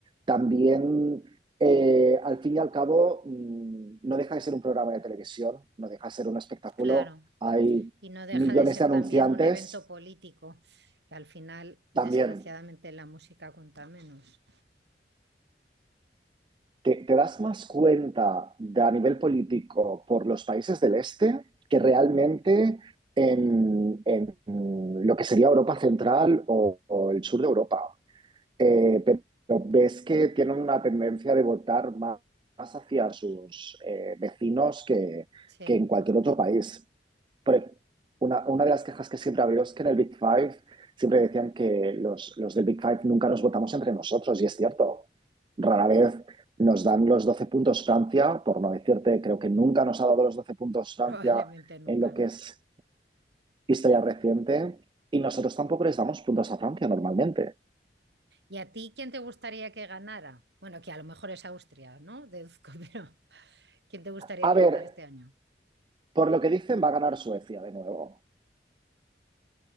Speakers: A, on the right; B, on the right.
A: también, eh, al fin y al cabo, mm, no deja de ser un programa de televisión, no deja de ser un espectáculo.
B: Claro,
A: Hay
B: y no deja
A: millones
B: de ser
A: de
B: también
A: anunciantes
B: un evento político, que al final, desgraciadamente,
A: también.
B: la música cuenta menos.
A: ¿Te, te das más cuenta de, a nivel político por los países del este que realmente en, en lo que sería Europa Central o, o el sur de Europa? Eh, pero ves que tienen una tendencia de votar más, más hacia sus eh, vecinos que,
B: Sí,
A: que en cualquier otro país. Por- una, una de las quejas que siempre ha habido es que en el Big Five siempre decían que los, los del Big Five nunca nos votamos entre nosotros, y es cierto. Rara vez nos dan los 12 puntos Francia, por no decirte, creo que nunca nos ha dado los 12 puntos Francia
B: <laughs> probablemente nunca.
A: en lo que es historia reciente, y nosotros tampoco les damos puntos a Francia normalmente.
B: ¿Y a ti quién te gustaría que ganara? Bueno, que a lo mejor es Austria, ¿no? Deduzco, <laughs> pero ¿quién te gustaría
A: A
B: que
A: ver,
B: ganara este año?
A: Por lo que dicen, va a ganar Suecia de nuevo.